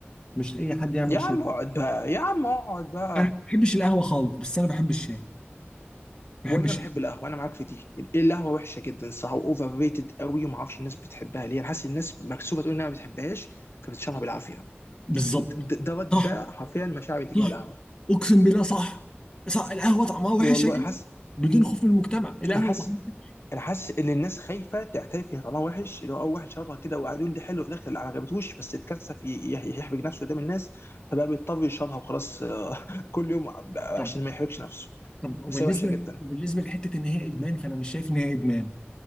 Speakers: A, on the left (about 20°); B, on the left (about 65°).
A: مش اي حد يعمل
B: يا عم
A: شاي
B: اقعد بقى يا عم اقعد بقى
A: انا ما بحبش القهوه خالص بس انا بحب الشاي بحب
B: وانا
A: الشاي
B: بحب القهوه انا معاك في دي القهوه وحشه جدا صح واوفر ريتد قوي وما اعرفش الناس بتحبها ليه انا حاسس الناس مكسوفه تقول انها ما بتحبهاش فبتشربها بالعافيه
A: بالظبط
B: ده ده ده
A: صح
B: حرفيا مشاعري تجاه
A: صح
B: القهوه
A: اقسم بالله صح صح القهوه طعمها وحش
B: والله
A: يا جدع
B: انا حاسس
A: بدون خوف من المجتمع القهوه
B: انا حاسس
A: طعمها وحش.
B: انا حاسس ان الناس خايفه تعترف هي طعمها وحش اللي هو اول واحد شربها كده وقعد يقول دي حلو في الاخر لا، ما عجبتهوش بس اتكسف ي- ي- يحرج نفسه قدام الناس فبقى بيضطر يشربها وخلاص آه، <laughs> كل يوم عشان
A: طب
B: ما يحرجش نفسه
A: طب وبالنسبه
B: بس هي وحشه جدا
A: وبالنسبه لحته ان هي ادمان فانا مش شايف ان هي ادمان